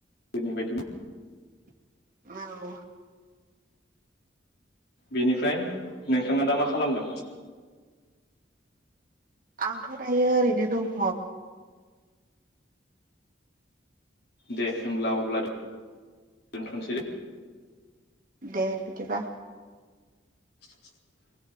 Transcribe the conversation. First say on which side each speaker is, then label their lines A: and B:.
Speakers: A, on the left; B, on the right.
A: दिननिबायदि
B: <unintelligible>
A: बेनिफ्राय नोंथाङा दा मा खालामगोन
B: आंथ दायो ओरैनो दङ
A: दे होमब्ला अब्ला दोनथसै दे
B: दे बिदिबा
A: <unintelligible>